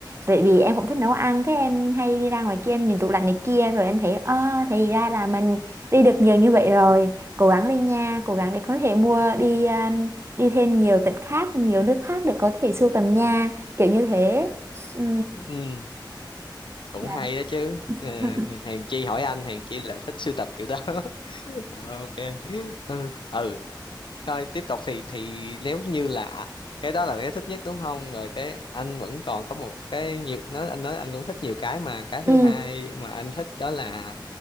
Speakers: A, on the right (about 35°); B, on the left (about 75°).
A: vậy vì em cũng thích nấu ăn cái em hay đi ra ngoài kia em nhìn tủ lạnh này kia rồi em thấy à, thì ra là mình đi được nhiều như vậy rồi cố gắng lên nha cố gắng để có thể mua đi à, đi thêm nhiều tỉnh khác nhiều nước khác để có thể sưu tầm nha kiểu như thế ừ
B: ừ, cũng
A: Dạ.
B: hay đó chứ à,
A: <laughs>
B: thì Hèn Chi hỏi anh Hèn Chi là thích sưu tập kiểu đó <laughs> ok ừ, ừ Thôi tiếp tục thì thì nếu như là cái đó là cái thích nhất đúng không? Rồi cái anh vẫn còn có một cái nhiều nói anh nói anh cũng thích nhiều cái mà cái thứ
A: ừ
B: hai mà anh thích đó là